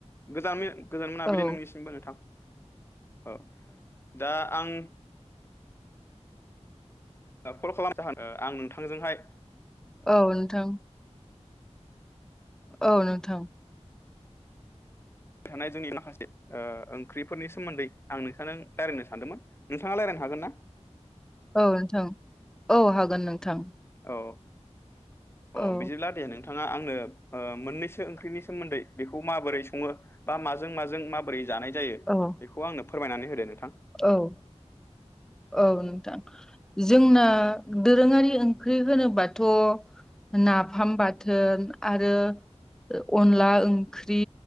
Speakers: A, on the left; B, in the centre.
A: गोजान गोजान मोनाबिलि
B: औ
A: नोंनिसिमबो नोंथां औ दा आं कल खालाम जाहोना आं नोंथांजोंहाय
B: औ नोंथां औ नोंथां।
A: <inaudible> थानाय जोंनि माखासे ओ ओंख्रिफोरनि सोमोन्दै आं नोंथांजों रायलायनो सानदोंमोन। नोंथाङा रायलायनो हागोन ना?
B: औ नोंथां औ हागोन नोंथां।
A: औ अ
B: औ
A: बिदिब्ला दे नों नोंथाङा आंनो मोननैसो ओंख्रिनि सोमोन्दै बेखौ माबोरै सङो बा माजों माजों माबोरै जानाय जायो
B: औ
A: बेखौ आंनो फोरमायनानै होदो नोंथां।
B: औ औ नोंथां। जोंना दोरोङारि ओंख्रि होनोबाथ' नाफाम बाथोन आरो अनला ओंख्रि